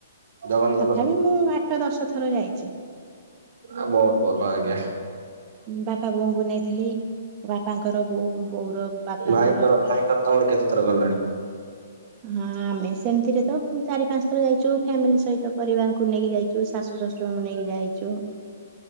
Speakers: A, on the right; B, on the right.
A: ଜଗନ୍ନାଥ
B: ତଥାପି
A: ପାଖକୁ
B: ମୁଁ ଆଠ ଦଶ ଥର ଯାଇଚି।
A: ଆ ବହୁତ ଭଲ ଆଜ୍ଞା।
B: ବାପା ବୋଉଙ୍କୁ ନେଇଥିଲି ବାପାଙ୍କର ବୋଉ ବୋଉର ବାପାଙ୍କର।
A: ଭାଇଙ୍କର ଭାଇଙ୍କର ତମର କେତେଥର ଗଲାଣି
B: ହଁ ଆମେ ସେମିତିରେ ତ ଚାରି ପାଞ୍ଚ ଥର ଯାଇଛୁ ଫ୍ୟାମିଲି ସହିତ। ପରିବାଙ୍କୁ ନେଇକି ଯାଇଚୁ ଶାଶୁ ଶଶୁରଙ୍କୁ ନେଇକି ଯାଇଚୁ